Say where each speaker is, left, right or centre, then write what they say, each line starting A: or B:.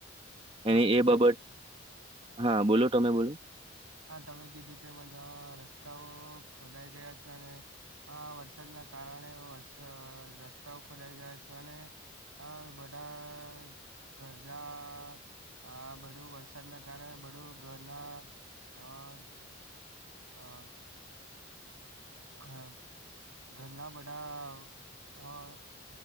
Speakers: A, on the right; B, on the right.
A: હા
B: એ
A: તમે
B: એ બાબત હા બોલો તમે બોલો
A: હા તમે કીધું તેમાં રસ્તાઓ ખોદાઈ ગયા છે અને હા વરસાદના કારણે વરસા રસ્તાઓ ખોડાઈ ગયા છે અને હ બધા ઘરના આ બધું વરસાદ ના કારણે બધું ઘરના હા. હા. હા ઘરના બધા હા.